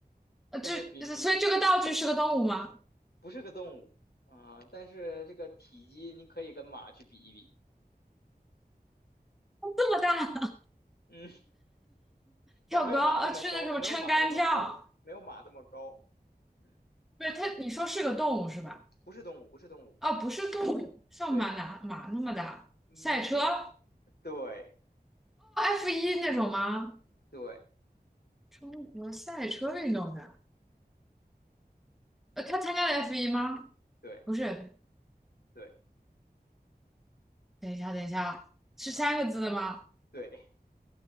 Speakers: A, in the centre; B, on the left.
A: 呃，
B: 但是比比比
A: 这所以这个道具是个动物吗？
B: 不是个动物啊、但是这个体积你可以跟马去比一比，
A: 这么大，
B: 嗯，<laughs> 但没有马那么高，
A: 跳高，呃，是那什么撑杆跳，
B: 没有马那么高，没有马那么高，嗯，
A: 不是它，你说是个动物是吧？
B: 不是动物，不是动物，
A: 哦，不是动物，像马哪马那么大，
B: 对，嗯，
A: 赛车，
B: 比
A: 哦
B: 对
A: ，F 一那种吗？
B: 对
A: 中国赛车运动员，呃，他参加了 F 一吗？
B: 对
A: 不是，
B: 对
A: 等一下，等一下啊，是三个字的吗？
B: 啊，对